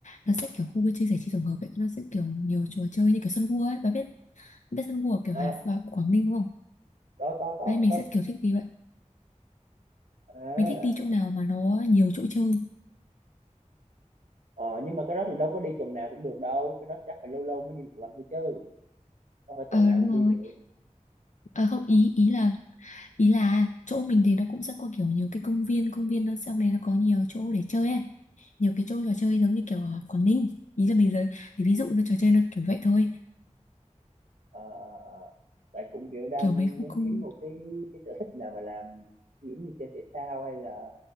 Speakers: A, on the left; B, on the right.
A: nó sẽ kiểu khu vui chơi giải trí tổng hợp ấy nó sẽ kiểu nhiều trò chơi như kiểu sân vua ấy bà biết biết sân vua kiểu
B: Ờ,
A: Hải Phòng Quảng Ninh đúng không
B: có có có
A: đấy mình
B: có
A: sẽ kiểu thích đi vậy
B: à
A: mình thích đi chỗ nào mà nó nhiều chỗ chơi
B: ờ, nhưng mà cái đó thì đâu có đi tuần nào cũng được đâu cái đó chắc phải lâu lâu mới đi một lần thôi chứ không phải tuần
A: ờ
B: nào
A: đúng
B: cũng
A: rồi
B: đi được
A: ờ không ý ý là ý là chỗ mình thì nó cũng sẽ có kiểu nhiều cái công viên công viên nó sau này nó có nhiều chỗ để chơi ấy nhiều cái chỗ trò chơi giống như kiểu ở Quảng Ninh ý là bây giờ thì ví dụ nó trò chơi nó kiểu vậy thôi
B: Ờ, ờ, ờ. tại cũng kiểu đang
A: kiểu mấy khu
B: muốn
A: công
B: kiếm một cái cái sở thích nào mà làm kiểu như chơi thể thao hay là